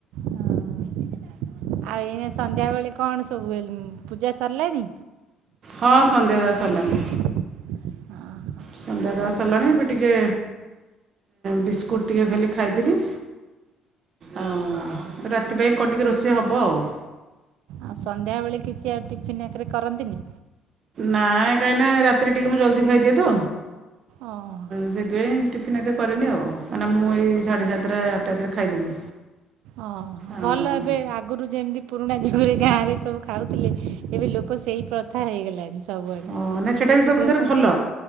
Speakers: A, on the right; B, on the right.
A: ହ ଆଉ ଏଇନେ ସନ୍ଧ୍ୟାବେଳେ କଣ ସବୁ ହୁଏ, ପୂଜା ସରିଲାଣି?
B: ହଁ ସନ୍ଧ୍ୟା ଦବା ସରିଲାଣି।
A: ହ
B: ସନ୍ଧ୍ୟା ଦବା ସାରିଲାଣି, ଏବେ ଟିକେ ବିସ୍କୁଟ୍ ଟିକେ ଖାଲି ଖାଇଥିଲି। ଆଉ ରାତି ପାଇଁ କଣ ଟିକେ ରୋଷେଇ ହବ ଆଉ।
A: ଆଉ ସନ୍ଧ୍ୟା ବେଳେ କିଛି ଆଉ ଟିଫିିନ <unintelligible> କରନ୍ତିନି?
B: ନାଇଁ କାଇଁ ନା ରାତିରେ ଟିକେ ମୁଁ ଜଲ୍ଦି ଖାଇଦିଏ ତ।
A: ଓ ହୋ।
B: ସେଥିପାଇଁ ଟିଫିନ୍ ଏବେ କରିନି ଆଉ, କାଇଁ ନା ମୁଁ ଏଇ ସାଢ଼େ ସାତଟା ଆଠଟା ଭିତରେ ଖାଇଦେବି।
A: ଓ ହୋ
B: ଆଉ
A: ଭଲ ଏବେ ଆଗରୁ ଯେମତି ପୁରୁଣା ଯୁଗରେ ଗାଁରେ ସବୁ ଖାଉଥିଲେ, ଏବେ ଲୋକ ସେଇ ପ୍ରଥା ହେଇଗଲାଣି। ସବୁଆଡେ,
B: ହଁ ନାଇଁ ସେଇଟା
A: ସେ
B: ବି
A: ଶୀଘ୍ର
B: ପ୍ରକୃତରେ
A: ଖା
B: ଭଲ